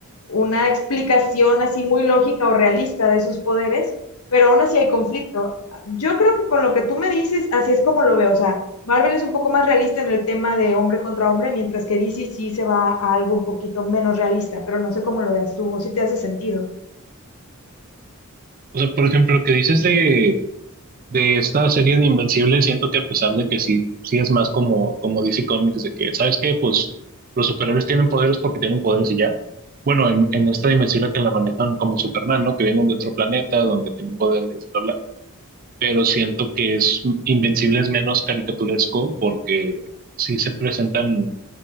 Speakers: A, on the left (about 80°); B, on the right (about 40°).
A: una explicación así muy lógica o realista de sus poderes, pero aún así hay conflicto. Yo creo que con lo que tú me dices, así es como lo veo. O sea, Marvel es un poco más realista en el tema de hombre contra hombre, mientras que DC sí se va a algo un poquito menos realista, pero no sé cómo lo veas tú o si te hace sentido.
B: O sea, por ejemplo, lo que dices de, de esta serie de Invencible, siento que a pesar de que sí, sí es más como, como DC Comics, de que, ¿sabes qué? Pues los superhéroes tienen poderes porque tienen poderes y ya. Bueno, en, en esta dimensión que la manejan como Superman, ¿no? Que vienen de otro planeta donde tienen poderes, bla, bla. Pero siento que es Invencible es menos caricaturesco porque sí se presentan